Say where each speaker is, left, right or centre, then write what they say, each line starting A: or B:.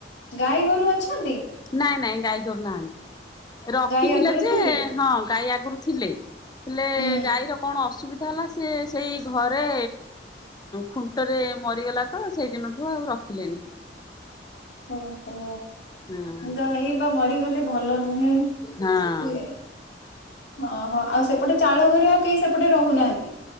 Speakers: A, on the left; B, on the left.
A: ଗାଈ ଗୋରୁ ଅଛନ୍ତି।
B: ନାଇଁ ନାଇଁ ଗାଈ ଗୋରୁ ନାହାନ୍ତି ରଖିଥିଲେ
A: ଗାଈ ଆଗରୁ
B: ଯେ
A: ଥିଲେ
B: ହଁ ଗାଈ ଆଗରୁ ଥିଲେ। ହେଲେ
A: ହୁଁ
B: ଗାଈର କଣ ଅସୁବିଧା ହେଲା ସେ ସେଇ ଘରେ ଖୁଣ୍ଟରେ ମରିଗଲା ତ ସେଇଦିନଠୁ ଆଉ ରଖିଲେନି।
A: ଓହୋ।
B: ହଁ
A: ଗାଈ ବା ମରିଗଲେ ଭଲ ନୁହେଁ
B: ହଁ।
A: ସେ ଅ ହ ଆଉ ସେପଟେ ଚାଳ ଘରେ ଆଉ କେହି ସେପଟେ ରହୁନାହାନ୍ତି।